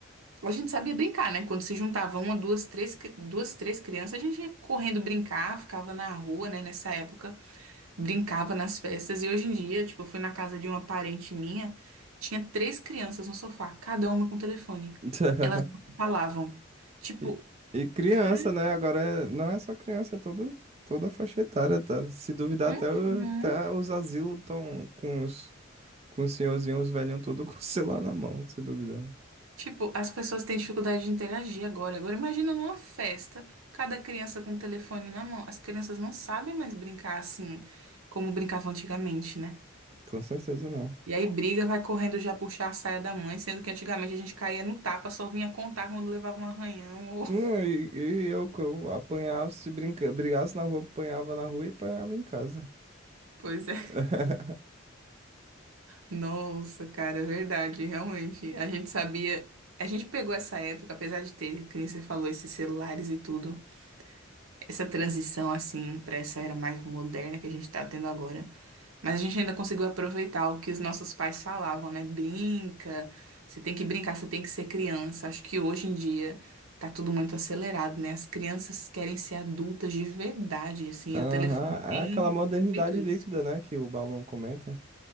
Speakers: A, on the right; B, on the right.
A: A gente sabia brincar, né? Quando se juntava uma, duas, três, cri- duas, três crianças, a gente ia correndo brincar, ficava na rua, né? Nessa época. brincava nas festas. E hoje em dia, tipo, eu fui na casa de uma parente minha, tinha três crianças no sofá, cada uma com telefone.
B: <laughs>
A: Elas não se falavam. Tipo,
B: E, e criança,
A: cara.
B: né? Agora é- não é só criança, é todo, toda a faixa etária, tá? Se duvidar,
A: Uhum.
B: até, o- até os asilos estão com os, com os senhorzinhos, os velhinhos, tudo <laughs> com o celular na mão, se duvidar.
A: Tipo, as pessoas têm dificuldade de interagir agora. Agora, imagina numa festa, cada criança com um telefone na mão. As crianças não sabem mais brincar assim como brincavam antigamente, né?
B: Com certeza não.
A: E aí briga, vai correndo já puxar a saia da mãe, sendo que antigamente a gente caía no tapa, só vinha contar quando levava um arranhão ou... <laughs>
B: Não, e, e eu, que eu apanhava, se brinca, brigasse na rua, apanhava na rua e apanhava em casa.
A: Pois é.
B: <laughs>
A: Nossa, cara, é verdade, realmente. A gente sabia, a gente pegou essa época, apesar de ter, que nem você falou, esses celulares e tudo, essa transição assim para essa era mais moderna que a gente tá tendo agora. Mas a gente ainda conseguiu aproveitar o que os nossos pais falavam, né? Brinca, você tem que brincar, você tem que ser criança. Acho que hoje em dia tá tudo muito acelerado, né? As crianças querem ser adultas de verdade, assim,
B: Aham,
A: e o telefone
B: é
A: tem
B: aquela modernidade
A: feito isso.
B: líquida, né, que o Bauman comenta.